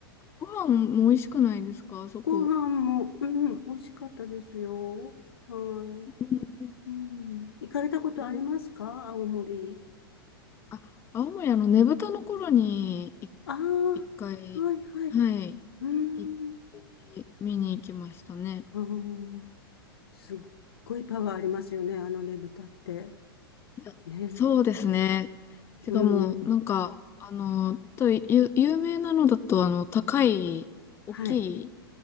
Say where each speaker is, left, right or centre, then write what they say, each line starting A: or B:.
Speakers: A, on the left; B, on the left.
A: ご飯も美味しくないですかあそこ。
B: ご飯も、うん、美味しかったですよ。はい。
A: うんうん
B: うん。行かれたことありますか青森。
A: えーあ、青森、あの、ねぶたの頃に、い
B: ああ、
A: 一回、
B: はいはい。
A: はい、
B: うん。
A: 行って、見に行きましたね。
B: あーすっごいパワーありますよね。あのね、豚って。
A: いや、
B: ね。
A: そうですね。しかも、
B: うん。
A: なんか、あの、と、ゆ、有名なのだと、あの、高い、大きい
B: はい。